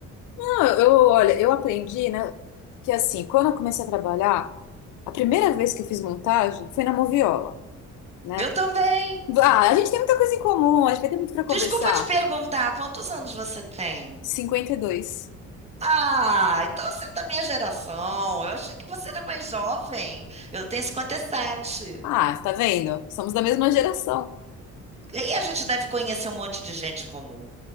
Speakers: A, on the left (about 80°); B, on the right (about 20°).
A: Não, eu, eu- olha, eu aprendi, né, que assim, quando eu comecei a trabalhar, a primeira vez que eu fiz montagem foi na Moviola. né?
B: Eu também.
A: Ah, a gente tem muita coisa em comum, a gente vai ter muito para conversar.
B: Desculpa te perguntar, quantos anos você tem?
A: 52.
B: Ah, então você é da minha geração. Eu achei que você era mais jovem. Eu tenho 57.
A: Ah, tá vendo? Somos da mesma geração.
B: E aí a gente deve conhecer um monte de gente comum.